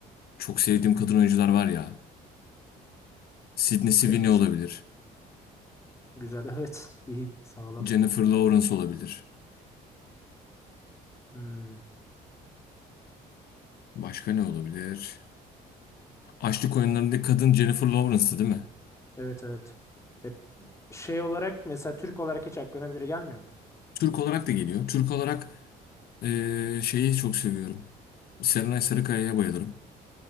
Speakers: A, on the left; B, on the left.
A: Çok sevdiğim kadın oyuncular var ya. Sydney Sweeney
B: Kim mesela?
A: olabilir.
B: Güzel evet <laughs> iyi sağlam.
A: Jennifer Lawrence olabilir.
B: Hmm,
A: Başka ne olabilir? Açlık oyunlarındaki kadın Jennifer Lawrence'tı değil mi?
B: evet evet. E, şey olarak mesela Türk olarak hiç aklına biri gelmiyor mu?
A: Türk olarak da geliyor. Türk olarak eee, şeyi çok seviyorum. Serenay Sarıkaya'ya bayılırım.